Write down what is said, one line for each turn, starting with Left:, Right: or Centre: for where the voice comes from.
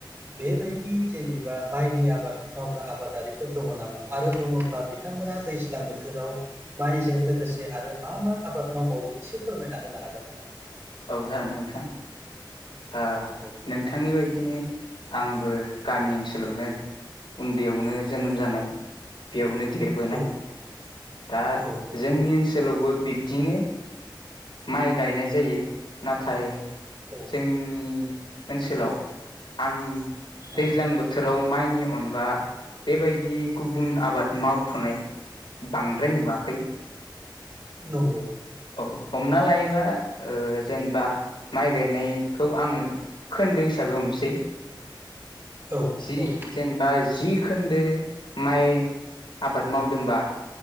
Right: बेबायदि जेनेबा माइनि आबाद मावग्रा आबादारिफोर दङ नामा आरो दङब्ला बिथांमोना दैज्लां बोथोराव माइजों लोगोसे आरो मा मा आबाद मावबावो एसे फोरमायना होनो हागोन नामा? नोंथां?
Left: औ जागोन नोंथां आ
Right: औ
Left: नोंथांनि बायदि बिदिनो आंबो गामि ओनसोलावनो उन्दैयावनो जोनोम जानाय बेयावनो देरबोनाय,
Right: औ
Left: दा
Right: औ
Left: जोंनि ओनसोलावबो बिब्दिनो माइ गायनाय जायो नाथाय
Right: औ
Left: जोंनि ओनसोलाव आं दैज्लां
Right: औ
Left: बोथोराव माइनि अनगा बेबायदि गुबुन आबाद मावथ'नाय बांद्राय नुवाखै।
Right: नंगौ
Left: औ हमना लायोबा ओ जेनेबा माइ गायनायखौ आङो खोन्दो हिसाबै हमसै
Right: औ
Left: जि
Right: औ
Left: जेनेबा जि खोन्दो माइ आबाद मावदोंबा